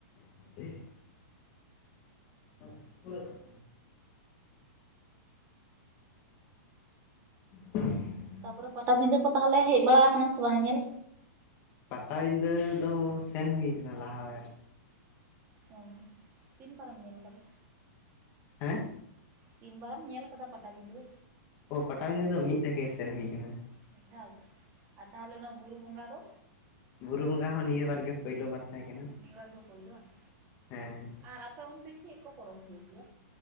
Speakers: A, on the left; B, on the right.
A: <unintelligible> <unintelligible> <inaudible>
B: ᱛᱟ ᱯᱚᱨᱮ ᱯᱟᱴᱟᱵᱤᱸᱫᱟᱹ ᱠᱚ ᱛᱟᱦᱚᱞᱮ ᱦᱮᱡ ᱵᱟᱲᱟ ᱟᱠᱟᱱᱟᱢ ᱥᱮ ᱵᱟᱝ ᱧᱮᱞ?
A: ᱯᱟᱴᱟᱵᱤᱸᱫᱟᱹ ᱫᱚ ᱥᱮᱱ ᱦᱩᱭ ᱞᱮᱱᱟ ᱞᱟᱦᱟ ᱵᱟᱨ ᱾
B: ᱚ ᱛᱤᱱ ᱵᱟᱨᱮᱢ ᱧᱮᱞ ᱟᱠᱟᱫᱟ?
A: ᱦᱮᱸ
B: ᱛᱤᱱ ᱵᱟᱨᱮᱢ ᱧᱮᱞ ᱟᱠᱟᱫᱟ ᱯᱟᱴᱟ ᱵᱤᱫᱷᱟᱹ?
A: ᱚ ᱯᱟᱴᱟᱵᱤᱫᱟᱹ ᱫᱚ ᱢᱤᱫ ᱫᱷᱟᱣ ᱜᱮ ᱥᱮᱱ ᱦᱩᱭ ᱟᱠᱟᱱᱟ᱾
B: ᱢᱤᱫ ᱟᱨ ᱛᱟᱦᱚᱞᱮ ᱚᱱᱟ ᱵᱩᱨᱩ ᱵᱚᱸᱜᱟ ᱫᱚ
A: ᱵᱩᱨᱩ ᱵᱚᱸᱜᱟ ᱦᱚᱸ ᱱᱤᱭᱟᱹ ᱵᱟᱨ ᱜᱮ ᱯᱳᱭᱞᱳ ᱵᱟᱨ ᱛᱟᱦᱮᱸ ᱠᱟᱱᱟ᱾
B: ᱱᱮᱭᱟ ᱵᱟᱨ ᱫᱚ ᱯᱳᱭᱞᱳ ᱵᱟᱝ
A: ᱦᱮᱸ
B: ᱟᱨ ᱟᱯᱮ ᱚᱱᱛᱮ ᱪᱮᱫ ᱠᱚ ᱯᱚᱨᱚᱵᱽ ᱦᱩᱭᱩᱜ ᱜᱮᱭᱟ?